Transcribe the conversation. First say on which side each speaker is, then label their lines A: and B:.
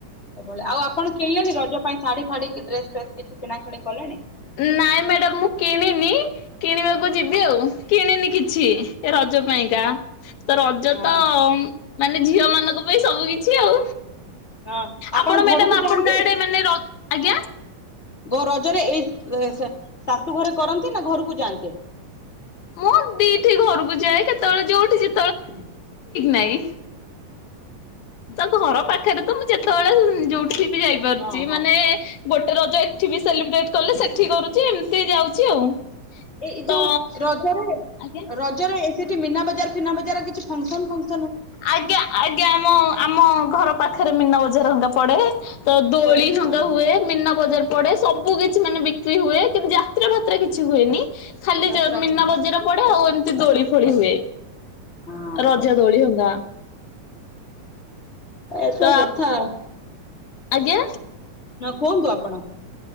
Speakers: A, on the left; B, on the left.
A: ଏଭଳି ଆଉପଣ କିଣିଲେି ରଜ ପାଇଁ ଶଢୀ ଫାଡି କି ଡ୍ରେସ ଫ୍ରେସ କିଣା କିିଣି କଲେଣି
B: ନାଇଁ ମ୍ୟାଡାାମ ମୁଁ କିଣିନି କିଣିବାକୁ ଯିବି ଆଉ କିଣିନି କିଛି ରଜ ପାଇଁକା ତ ରଜ
A: ହଁ
B: ତ ମାନେ ଝିଅ ମାନଙ୍କ ପାଇଁ ସବୁ କିଛି ଆଉ
A: ହଁ
B: ଆପଣ
A: ଘରକୁ
B: ମ୍ୟାଡାମ ଆପଣଙ୍କା
A: ଯାଆନ୍ତି?
B: ଆଡେ ମାନେ ର ଆଜ୍ଞା।
A: ଓ ରଜରେ ଏଇ ସେ ସା ଶାଶୁ ଘରେ କରନ୍ତି ନା ଘରକୁ ଯାଆନ୍ତି?
B: ମୁଁ ଦିଠି ଘରକୁ ଯାଏ କେତେବେଳେ ଯୋଉଠି ଯେ
A: ହ
B: ନାଇଁ। ତା ଘର ପାଖରେ ତ ମୁଁ ଯେତେବେଳେ ଯୋଉଠିକି ବି ଯାଇପାରୁଛି
A: ହଁ ହଁ
B: ମାନେ ଗୋଟେ ରଜ ଏଠି ବି ସେଲିବ୍ରେଟ କଲେ ସେଠି କରୁଛି ଏମିତି ଯାଉଛି ଆଉ।
A: ଏଇ ଯୋଉ
B: ତ
A: ରଜରେ
B: ଆଜ୍ଞା
A: ରଜରେ ସେଠି ମୀନା ବଜାର ଫିନା ବଜାର କିଛି ଫଙ୍କସନ ଫ
B: ଆଜ୍ଞା ଆଜ୍ଞା ମୁଁ ଆମ ଘର ପାଖରେ ମୀନା ବଜାର ହେଙ୍କା ପଡେ। ତ ଦୋଳି
A: ପଡେ ହଁ
B: ହଙ୍ଗା ହୁଏ ମୀନା ବଜାର ପଡେ। ସବୁ କିଛି ମାନେ ବିକ୍ରି ହୁଏ କିନ୍ତୁ ଯାତ୍ରା ଫାତ୍ରା କିଛି ହୁଏନି। ଖାଲି
A: ଯାତ୍ରା
B: ଯ
A: ହୁଏ
B: ମୀନା ବଜାର ପଡେ ଆଉ ଏମତି ଦୋଳି ଫୋଳି ହୁଏ।
A: ହଁ
B: ରଜ ଦୋଳି ହଉଛି।
A: ଏସେ
B: ତ
A: କଥା
B: ଆପ
A: ଆଉ।
B: ଆଜ୍ଞା।
A: ନ କୁହନ୍ତୁ ଆପଣ?